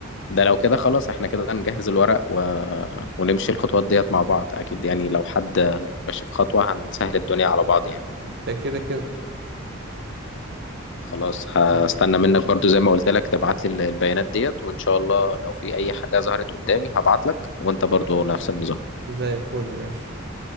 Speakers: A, on the left; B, on the right.
A: ده لو كده خلاص احنا كده نجهز الورق و... ونمشي الخطوات ديت مع بعض اكيد يعني لو حد ماشي في خطوة هنسهل الدنيا على بعض يعني
B: ده كده كده
A: خلاص هستنى
B: اه
A: منك برضو زي ما قلت لك تبعت لي البيانات ديت وإن شاء الله لو في أي حاجة ظهرت قدامي هبعت لك وأنت برضو نفس النظام
B: زي الفل ماشي